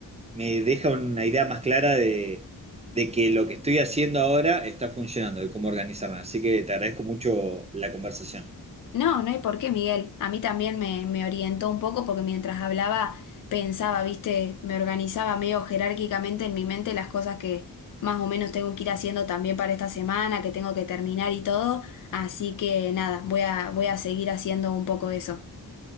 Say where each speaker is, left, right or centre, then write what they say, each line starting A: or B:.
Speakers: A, on the right; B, on the left.
A: me deja una idea más clara de, de que lo que estoy haciendo ahora está funcionando, de cómo organizarme. Así que te agradezco mucho la conversación.
B: No, no hay por qué, Miguel. A mí también me, me orientó un poco porque mientras hablaba pensaba, viste, me organizaba medio jerárquicamente en mi mente las cosas que más o menos tengo que ir haciendo también para esta semana, que tengo que terminar y todo. Así que nada, voy a, voy a seguir haciendo un poco eso.